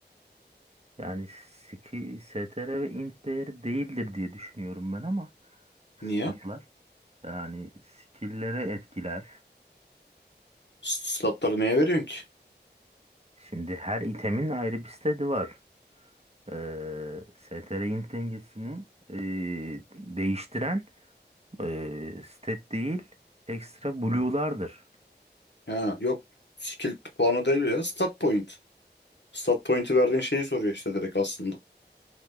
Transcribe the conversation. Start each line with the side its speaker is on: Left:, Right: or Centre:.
Right: Yani ski, STR ve int değeri değildir diye düşünüyorum ben ama statlar.
Left: Niye?
Right: Yani skill'lere etkiler.
Left: Statları neye veriyorsun ki?
Right: Şimdi her itemin ayrı bir seti var. Ee, STR int dengesini ee, değiştiren ee, stat değil ekstra blue'lardır.
Left: Ha, yok. Skill puanı değil ya. Stat point. Stat point'i verdiğin şeyi soruyor işte direkt aslında.